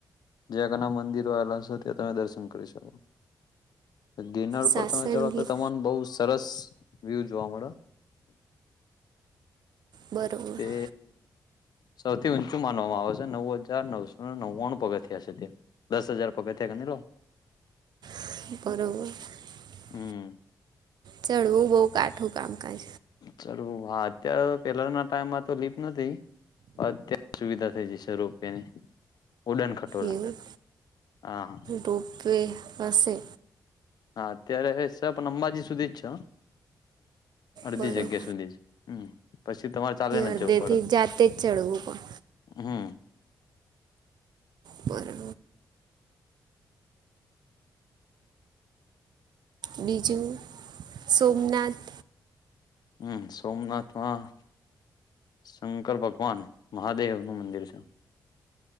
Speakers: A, on the left; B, on the right.
A: જે તેના મંદિરો વા ત તમે દર્શ. કરી શકો. ગિરનાર
B: સાસણગીર
A: પર તમે ચઢો તો તમને બહુ સરસ વ્યુ જોવા મળે.
B: બરોબર
A: તે સૌથી ઊંચું માનવામાં આવે છે નવ હજાર નવસો નવ્વાણું પગથીયા છે તે દસ હજાર. પગથિયાં ગણી લો.
B: <unintelligible>
A: હમ.
B: ચડવુ, બઉ કાઠું કામકાજ.
A: ચડવું, હા. અત્યારે પેલાના ટાઈમમાં તો લીફ્ટ નતી, પણ અત્યારે સુવિધા થઈ જશે રોપવેની. ઉડન ખટોલા
B: એવું,
A: હા
B: રોપવે હશે.
A: હા અત્યારે, સ પણ અંબાજી સુધી જ છે હં. અડધી
B: બરોબર
A: જગ્યા સુધી જ, હમ. પછી તમારે ચાલીને
B: અડધેથી
A: જ જવું પડે,
B: જાતે જ ચડવું પણ
A: હમ.
B: બરોબર. બીજું, સોમનાથ
A: હમ, સોમનાથમાં શંકર ભગવાન મહાદેવનું મંદિર છે.